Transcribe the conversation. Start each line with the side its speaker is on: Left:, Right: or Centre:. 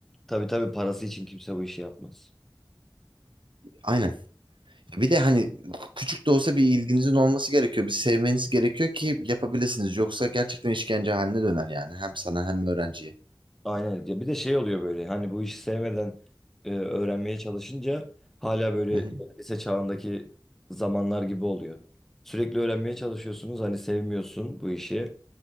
Centre: Tabii tabii parası için kimse bu işi yapmaz.
Right: Aynen. Bir de hani küçük de olsa bir ilginizin olması gerekiyor. Bir sevmeniz gerekiyor ki yapabilirsiniz. Yoksa gerçekten işkence haline döner yani. Hem sana hem öğrenciye.
Centre: Aynen. Ya bir de şey oluyor böyle hani bu işi sevmeden e, öğrenmeye çalışınca hala böyle
Right: Hı hı.
Centre: lise çağındaki zamanlar gibi oluyor. Sürekli öğrenmeye çalışıyorsunuz hani sevmiyorsun bu işi.